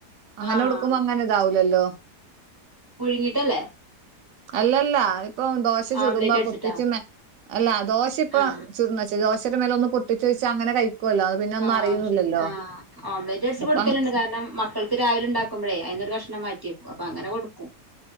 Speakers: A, on the right (about 70°); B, on the right (about 30°).
A: അങ്ങനെ
B: ആഹ്
A: കൊടുക്കുമ്പോ അങ്ങനെ ഇതാവുലല്ലോ?
B: പുഴുങ്ങിട്ടല്ലേ?
A: അല്ലല്ല ഇപ്പൊ ദോശ ചുടുമ്പോ
B: ഓംലെറ്റ് അടിച്ചിട്ടാ
A: പൊട്ടിച്ച അല്ല ദോശ ഇപ്പ
B: ആഹ്
A: ചുടന്ന ദോശ ടെര മേല ഒന്ന പൊട്ടിച്ച വെച്ചാ അങ്ങെ കഴിക്കുമോ അത് പിന്നെ അറിയുന്നില്ലല്ലോ
B: ആഹ ശരി ആ ഓംലറ്റ്സ്
A: അപ്പൊ
B: കൊടുക്കലുണ്ട്
A: അങ്-
B: കാരണം മക്കൾക്ക് രാവിലെ ഉണ്ടാക്കുമ്പോഴേ അയിൊരു കഷണം മാറ്റിയെക്കും അപ്പ അങ്ങനെ കൊടുക്കും